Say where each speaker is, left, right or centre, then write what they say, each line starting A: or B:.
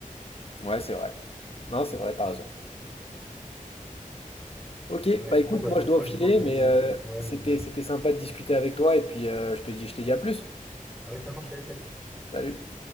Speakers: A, on the left (about 45°); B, in the centre.
A: Ouais, c'est vrai. Non, c'est vrai, t'as raison. Ok,
B: Ouais,
A: bah écoute,
B: bon, bah,
A: moi
B: du
A: je dois
B: coup, moi,
A: filer,
B: je vais devoir te
A: mais
B: laisser.
A: euh,
B: Ouais,
A: c'était,
B: moi aussi.
A: c'était sympa de discuter avec toi, et puis euh, je te dis, je te dis à plus.
B: Ouais, ça marche, allez, salut.
A: Salut.